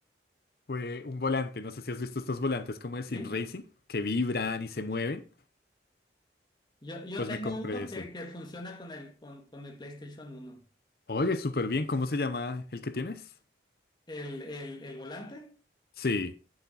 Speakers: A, on the left; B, on the left.
A: Fue un volante, no sé si has visto estos volantes como de Sim
B: ¿Sí?
A: Racing, que vibran y se mueven.
B: Yo, yo
A: Pues
B: tengo
A: me compré
B: uno
A: ese.
B: que, que funciona con el con, con mi PlayStation uno.
A: Oye, súper bien, ¿cómo se llama el que tienes?
B: El, el, el volante.
A: Sí,